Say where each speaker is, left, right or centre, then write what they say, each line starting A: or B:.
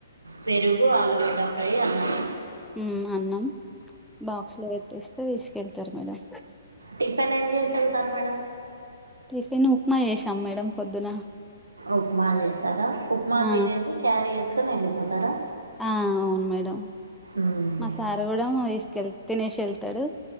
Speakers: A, on the right; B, in the centre.
A: పెరుగు ఆలుగడ్డ ఫ్రై అన్నము
B: హ్ అన్నం బాక్స్ లో పెట్టిస్తే తీసుకెళ్తారు మేడం
A: టిఫిన్ ఏం చేసి ఉంటారు మేడం
B: టిఫెన్ ఉప్మా చేసాం మేడం పొద్దున
A: ఉప్మా చేశారా ఉప్మా
B: ఆ
A: తినేసి క్యారీ చేసుకోని వెళ్ళిపోతారా
B: ఆ అవును మేడం
A: మ్మ్.
B: మా సారు కూడా తీసుకెల్లి తినేసి వెళ్తాడు